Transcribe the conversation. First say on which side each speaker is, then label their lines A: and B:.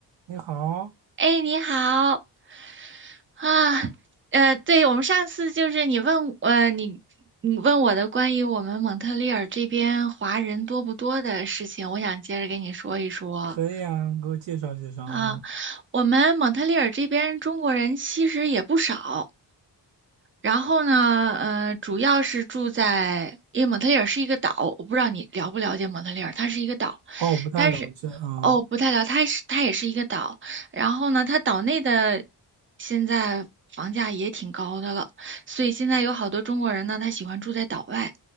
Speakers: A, on the right; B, on the right.
A: 你好，
B: 哎，你好啊，呃，对，我们上次就是你问，呃，你你问我的关于我们蒙特利尔这边华人多不多的事情，我想接着跟你说一说
A: 可以啊，给我介绍介绍啊。
B: 啊。我们蒙特利尔这边中国人其实也不少，然后呢，呃，主要是住在，因为蒙特利尔是一个岛，我不知道你了不了解蒙特利尔，它是一个岛，
A: 哦，我不太了解，
B: 但是，
A: 嗯，
B: 哦，不太了，它是它也是一个岛。然后呢，它岛内的现在房价也挺高的了，所以现在有好多中国人呢，他喜欢住在岛外。